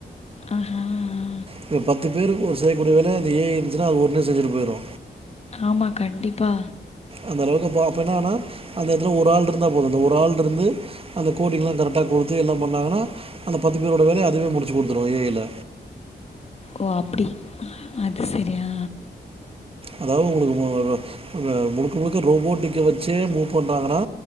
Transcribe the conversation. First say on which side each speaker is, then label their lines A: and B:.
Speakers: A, on the left; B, on the right.
A: ஆஹா ஆ
B: இப்ப பத்து பேர் ஒரு செய்யக்கூடிய வேலைய அது ஏ ஐ இருந்துச்சுன்ன அது ஒன்னே செஞ்சுட்டு போயிரு
A: ஆமா கண்டிப்பா
B: அந்த அளவுக்கு அப்பா அப்ப என்னான்னா அந்த எடத்துல ஒரு ஆள் இருந்தா போது அந்த ஒரு ஆள்ருந்து அந்த கோடிங்லா கரெக்ட்டா குடுத்து எல்லா பண்ணாங்கா அந்த பத்து பேரோட வேலைய அதுவே முடிச்சு குடுத்துரு ஏ ஐல
A: ஓ அப்டி அது சரியா
B: அதாவது உங்களுக்கு மு அ முழுக்க முழுக்க ரோபோட்டிக்க வச்சே மூவ் பண்றாங்கன்னா